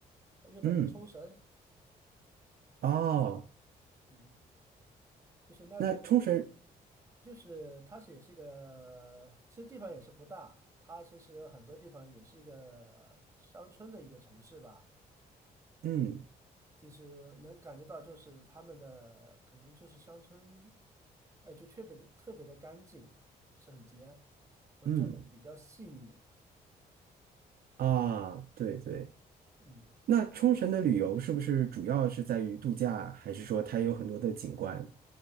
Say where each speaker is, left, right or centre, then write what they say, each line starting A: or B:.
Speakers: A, on the right; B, on the right.
A: 日本的冲绳，
B: 嗯，哦，
A: 嗯，就是那边。
B: 那冲绳，
A: 就是它是也是一个，其实地方也是不大，它其实很多地方也是一个乡村的一个城市吧。
B: 嗯。
A: 其实能感觉到，就是他们的可能就是乡村，哎，就特别的特别的干净整洁，呃，
B: 嗯
A: 做的比较细腻。
B: 啊，对对，
A: 嗯
B: 那冲绳的旅游是不是主要是在于度假，还是说它有很多的景观？